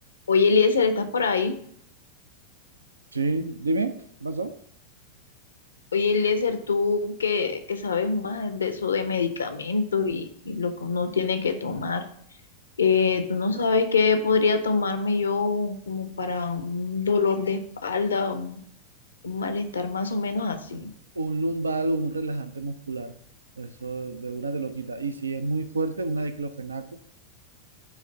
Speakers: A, on the left; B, on the right.
A: Oye, Eliezer, ¿estás por ahí?
B: Sí, dime, ¿qué pasó?
A: Oye, Eliezer, tú que, que sabes más de eso de medicamentos y, y lo que uno tiene que tomar, eh, ¿tú no sabes qué podría tomarme yo como para un dolor de espalda, un, un malestar más o menos así?
B: Un lumbal o un relajante muscular. Eso de una te lo quita. Y si es muy fuerte, una diclofenaco.